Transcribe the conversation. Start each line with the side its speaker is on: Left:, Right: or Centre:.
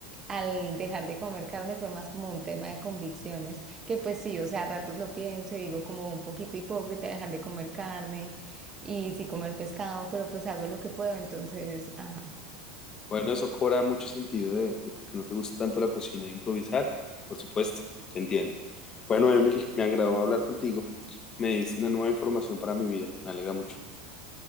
Right: al dejar de comer carne fue más como un tema de convicciones, que pues sí, o sea, a ratos lo pienso y digo como un poquito hipócrita dejar de comer carne y sí comer pescado, pero pues hago lo que puedo, entonces, ajá,
Left: Bueno, eso cobra mucho sentido de, de por qué no te gusta tanto la cocina e improvisar. Por supuesto, te entiendo. Bueno, Emily, me agradó hablar contigo. Me diste una nueva información para mi vida. Me alegra mucho.